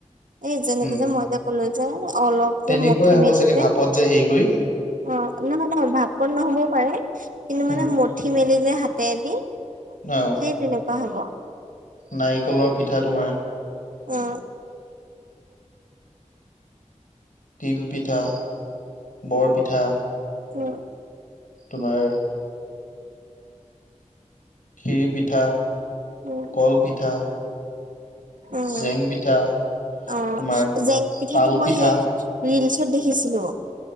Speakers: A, on the right (about 85°); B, on the left (about 90°).
A: এই যেনেক
B: উম
A: যে, মই যো ক'লো যে অলপ
B: তেনেকুৱাই
A: যে মঠি
B: হ'ব
A: মেলি
B: চাগে
A: যে,
B: ভাপত হেৰি কৰি
A: অ নহয় নহয় ভাপকণ নহ'বও পাৰে কিন্তু, মানে
B: উম
A: মঠি মেলি যে হাতে দি
B: অ
A: সেই তেনেকুৱা হব
B: নাৰিকলৰ পিঠা তোমাৰ
A: অ,
B: তিল পিঠা, বৰপিঠা
A: উ,
B: তোমাৰ, খিৰি পিঠা
A: উম
B: কল পিঠা,
A: উম
B: জেং পিঠা
A: অ
B: তোমাৰ
A: জেং পিঠাটো
B: তাল
A: মই
B: পিঠা
A: সেই ৰিলচত দেখিছিলো